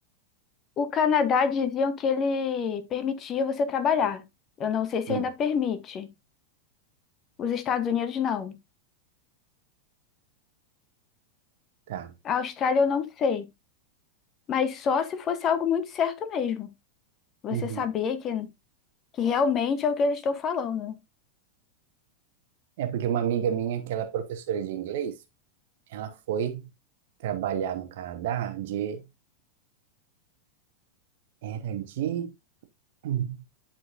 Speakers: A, on the left (about 30°); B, on the right (about 55°).
A: o Canadá diziam que ele permitia você trabalhar. Eu não sei se
B: hum.
A: ainda permite. Os Estados Unidos não.
B: Tá.
A: A Austrália eu não sei. Mas só se fosse algo muito certo mesmo. Você
B: Uhum.
A: saber que, que realmente é o que eles estão falando.
B: É porque uma amiga minha, que ela é professora de inglês, ela foi trabalhar no Canadá de, era de, hum,